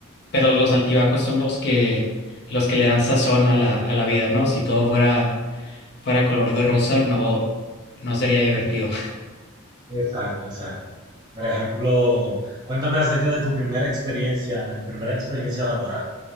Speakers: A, on the left; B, on the right.
A: pero los altibajos son los que, los que le dan sazón a la, a la vida, ¿no? Si todo fuera, fuera color de rosa, no, no sería divertido.
B: Exacto, exacto. Por ejemplo, cuéntame acerca de tu primera experiencia, de tu primera experiencia laboral.